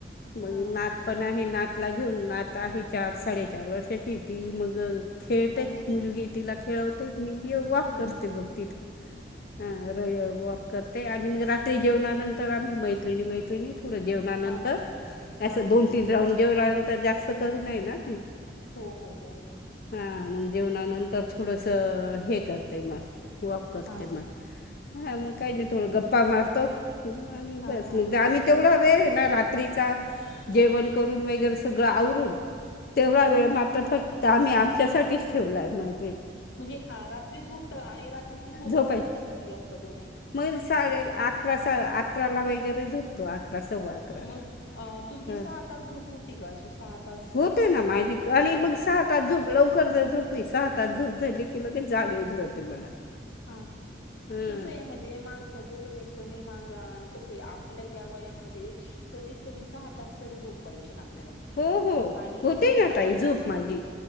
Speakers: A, on the left; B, on the left.
A: मग
B: हा
A: नात पण आहे नातला घेऊन नात आहे चार साडेचार वर्षाची ती मग खेळते
B: अच्छा
A: मुलगी तिला खेळवते मी वॉक
B: हम्म
A: करते
B: हम्म.
A: बघ तिथं अ रवी वॉक करते आणि मग रात्री जेवणानंतर आम्ही मैत्रिणी मैत्रिणी मैत्रीणीनी ते नाही थोड जेवणानंतर
B: हा हा हा
A: असं दोन
B: हा हा
A: तीन राउड जेवणा नंतर तर जास्त करू नये ना
B: हो हो हो हो.
A: हा मग जेवणानंतर थोडस हे करते मग वॉक करते
B: हा
A: मग हा मग काही नाही थोडं गप्पा मारतो आणि
B: हा
A: बस
B: हा
A: मग
B: हा
A: आम्ही तेवढा वेळ ये ना रात्रीचा जेवण करून वगैरे सगळं आवरून तेवढा
B: हा
A: वेळ फक्त आम्ही आमच्यासाठीच ठेवलाय माहि
B: म्हणजे रात्री झोपता आणि रात्रीची झोप
A: झोपायच्या
B: झोपता किती वाजता तुम्ही?
A: मग साडे अकरा अकराला वगैरे झोपतो सव्वा अकराला
B: मग अ तुमची
A: ह
B: सहा तास झोप होती का अशी सहा? तास
A: होते ना माझी खाली मग सहा तास झोपलो लवकर जर झोपली सहा तास झोप झाली की लगेच जाग येऊन जाते मला.
B: हा
A: ह
B: कसये म्हणजे माणसाच तुम्ही कमी मा कसं आपल्याला ह्या वयामध्ये कमीत कमी सहा तास तरी झोप पाहिजे. आपल्याला
A: हो हो
B: आणि
A: होते ना
B: सकाळी
A: ताई झोप माझी.